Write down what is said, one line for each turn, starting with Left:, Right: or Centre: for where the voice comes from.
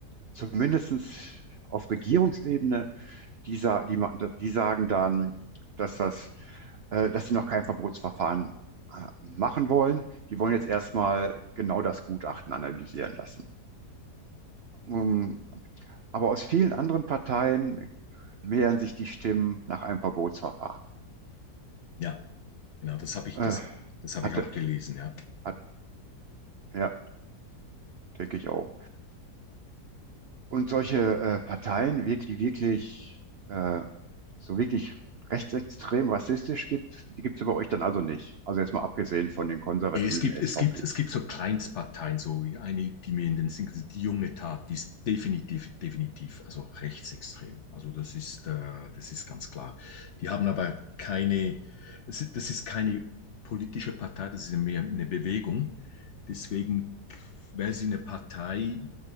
Right: zumindest auf Regierungsebene die, sa die, ma- die sagen dann, dass das, äh, dass sie noch kein Verbotsverfahren äh, machen wollen. Die wollen jetzt erstmal genau das Gutachten analysieren lassen. Ähm, aber aus vielen anderen Parteien mehren sich die Stimmen nach einem Verbotsverfahren.
Left: Ja, genau, das habe ich,
Right: Äh,
Left: das, das hab
Right: hatte,
Left: ich auch gelesen, ja.
Right: hat, ja, denke ich auch. Und solche äh, Parteien, wirk- die wirklich, äh, so wirklich rechtsextrem rassistisch gibt, die gibt es bei euch dann also nicht. Also jetzt mal abgesehen von den konservativen
Left: Nee, Es gibt,
Right: SVP.
Left: es gibt, es gibt so Kleinstparteien, so wie eine, die mir in den Sinn kommt, die junge Tat, die ist definitiv, definitiv, also rechtsextrem. Also das ist, äh, das ist ganz klar. Die haben aber keine, das ist, das ist keine politische Partei, das ist ja mehr eine Bewegung. Deswegen wäre sie eine Partei,